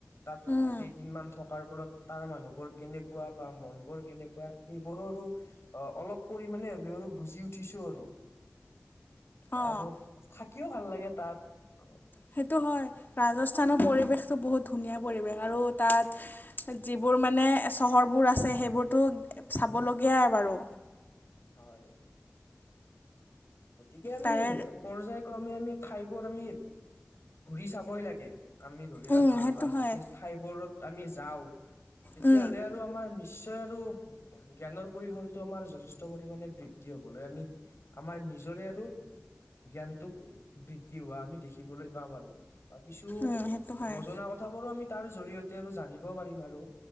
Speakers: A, on the left; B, on the left.
A: তাত
B: উম
A: কেইদিনমান থকাৰ ফলত তাৰ মানুহবোৰ কেনেকুৱা বা মন বোৰ কেনেকুৱা সেইবোৰৰো অ অলপ পৰিমানে হলেও আৰু বুজি উঠিছো আৰু
B: অঁ
A: আৰু থাকিও ভাল লাগে তাত
B: সেইটো হয় ৰাজস্থানৰ পৰিৱেশটো বহুত ধুনীয়া পৰিৱেশ আৰু তাত যিবোৰ মানে চহৰবোৰ আছে সেইবোৰতো চাবলগীয়া বাৰু
A: হয় গতিকে আমি
B: তাৰে
A: পৰ্যায় ক্ৰমে আমি ঠাইবোৰ আমি ঘুৰি চাবই লাগে আমি ধৰিলোৱা
B: উম
A: ভাল
B: সেইটো
A: ভাল
B: হয়
A: যদি ঠাইবোৰত আমি যাওঁ তেতিয়াহ'লে
B: উম
A: আৰু আমাৰ নিশ্চয় আৰু জ্ঞানৰ পৰিবেষনটো আমাৰ যথেষ্ট যথেষ্ট পৰিমাণে বৃদ্ধি হবলৈ আমি আমাৰ নি জৰে আৰু জ্ঞানটো বৃদ্ধি হোৱা আমি দেখিবলৈ পাম আৰু কিছু
B: উম সেইটো হয়
A: নজনা কথাবোৰো আমি তাৰ জৰিয়তে আৰু জানিব পাৰিম আৰু